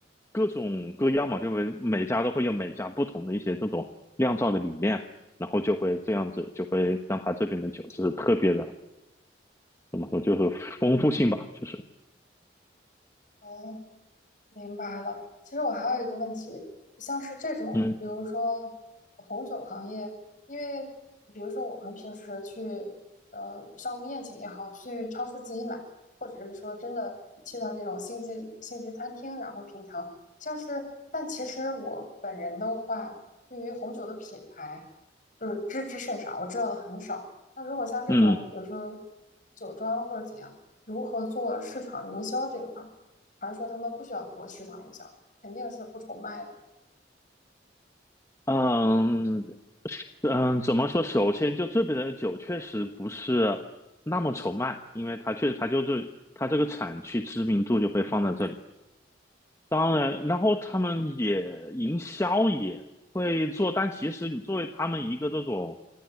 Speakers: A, on the left; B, on the left.
A: 各种各样嘛，就会每家都会有每家不同的一些这种酿造的理念，然后就会这样子，就会让他这边的酒是特别的。怎么说，就是丰富性吧，就是
B: 哦，明白了。其实我还有一个问题，像是这种，
A: 嗯
B: 比如说红酒行业，因为比如说我们平时去呃商务宴请也好，去超市自己买，或者是说真的去到那种星级星级餐厅，然后品尝，像是，但其实我本人的话，对于红酒的品牌就是知之甚少，我知道的很少。那如果像这种，
A: 嗯
B: 比如说酒庄或者怎样，如何做市场营销这块儿？还是说他们不需要做市场营销，肯定是不愁卖的。
A: 嗯嗯，怎么说？首先，就这边的酒确实不是那么愁卖，因为它确实它就是它这个产区知名度就会放在这里。当然，然后他们也营销也会做，但其实你作为他们一个这种